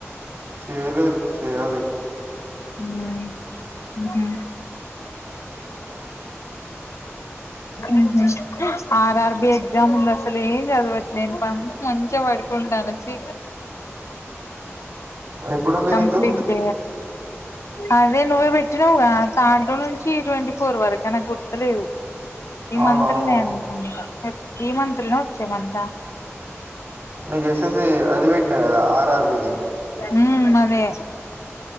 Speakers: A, on the right; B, on the left.
A: చేయలేదు చేయాలి
B: హ్మ్ ఊహూ
A: వామ్మో రేయ్
B: ఊహూ ఆర్ఆర్ బి ఎగ్జామ్ ఉంది అసలు ఏం చదవట్లే ఇంక మంచిగా పడుకుంటా నుంచి
A: ఎప్పుడుంది
B: కంప్లీట్
A: నీకు?
B: అదే నువ్వే పెట్టినవ్ గా థర్డ్ నుంచి ట్వేంటీఫోర్ వరకు అనే గుర్ తు లేదు ఈ
A: అవునవును.
B: మంత్ లోనే అనుకుంటా ఈ మంతా వచ్చే మంతా
A: ఇది ఎస్ఎస్సి అది పెట్టినా కదా ఆర్ఆర్ బి ది
B: హ్మ్అవే